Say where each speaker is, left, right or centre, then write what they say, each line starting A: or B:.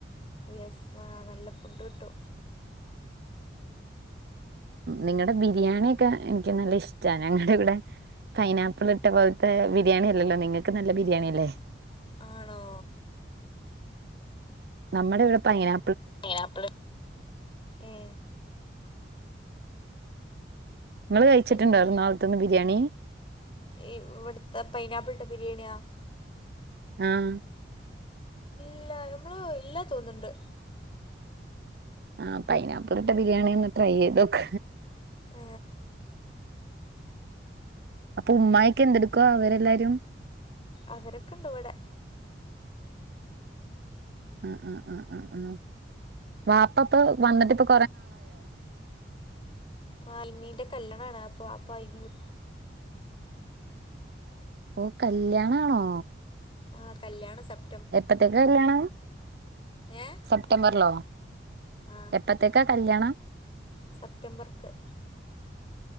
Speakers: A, on the left; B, on the right.
A: യെസ് ആ നല്ല ഫുഡ് കിട്ടു
B: നിങ്ങളുടെ ബിരിയാണിയൊക്കെ എനിക്ക് നല്ല ഇഷ്ടമാണ് ഞങ്ങളുടെ ഇവിടെ പൈനാപ്പിൾ ഇട്ട പോലെ മ ബിരിയാണി അല്ലല്ലോ നിങ്ങൾക്ക് നല്ല ബിരിയാണി അല്ലേ
A: ആണോ
B: നമ്മുടെ ഇവിടെ പൈനാ
A: അന അപ്പള്ള ഉം
B: നിങ്ങൾ കഴിച്ചിട്ടുണ്ടായിറ
A: പിന്നെ
B: നാളത്തുന്ന് ബിരിയാണി
A: ഇവിടുത്തെ പൈനാപ്പിളിടെ ബിരിയാണിയാ
B: ആഹ
A: ഇല്ല നമ്മള് ഇല്ലാ തോന്നണ്ട്
B: ആ പൈനാപ്പിൾ ഇട്ട ബിരിയാണി ഒന്ന് ട്രൈ ചെയ്തോക്ക
A: ആ
B: അപ്പൊ ഉമ്മായക്കെ എന്തെടുക്കുവ അവരെല്ലാരും
A: അവരൊക്കെണ്ട അവിടെ
B: ഉ ഉം ഉം ഉം ഉ വാപ്പ ഇപ്പ വന്നിട്ട്പ്പൊ
A: ആ ഇന്നീന്റെ കല്യാണാണ് അപ്പൊ അപ്പ അയിന് വി
B: ഓ കല്യാണാണോ
A: ആഹ് കല്യാണ സപ്പ
B: എപ്പത്തേക്ക കല്യാണ
A: ഏ
B: സെപ്റ്റംബറിലോ
A: ആ
B: എപ്പത്തേക്കാ കല്യാണം
A: സെപ്റ്റംബർക്ക്